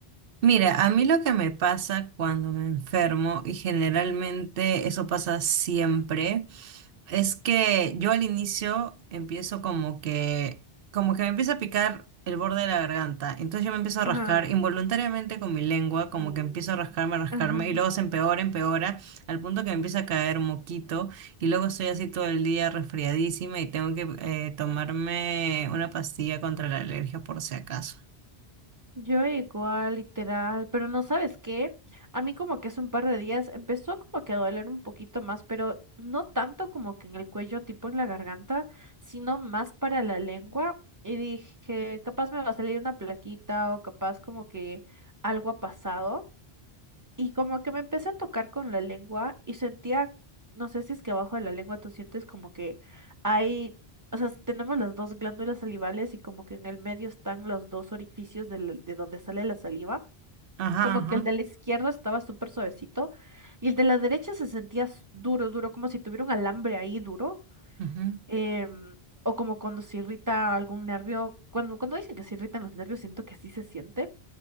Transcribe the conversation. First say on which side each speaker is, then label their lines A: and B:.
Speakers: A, on the right; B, on the right.
A: Mira, a mí lo que me pasa cuando me enfermo, y generalmente eso pasa siempre, es que yo al inicio empiezo como que, como que me empieza a picar el borde de la garganta. Entonces yo me empiezo a
B: Ajá.
A: rascar involuntariamente con mi lengua, como
B: Y-
A: que empiezo a rascarme, a rascarme,
B: Ajá.
A: y luego se empeora, empeora, al punto que me empieza a caer moquito, y luego estoy así todo el día resfriadísima y tengo que eh, tomarme una pastilla contra la alergia por si acaso.
B: Yo igual, literal, pero no sabes qué. A mí como que hace un par de días empezó como que a doler un poquito más, pero no tanto como que en el cuello, tipo en la garganta, sino más para la lengua. Y dije, capaz me va a salir una plaquita o capaz como que algo ha pasado. Y como que me empecé a tocar con la lengua y sentía, no sé si es que abajo de la lengua tú sientes como que hay, o sea, tenemos las dos glándulas salivales y como que en el medio están los dos orificios del- de donde sale la saliva.
A: Ajá,
B: Como
A: ajá,
B: que el de la izquierda estaba súper suavecito y el de la derecha se sentía s- duro, duro, como si tuviera un alambre ahí duro.
A: ujú,
B: em, o como cuando se irrita algún nervio. Cuando, cuando dicen que se irritan los nervios, siento que así se siente.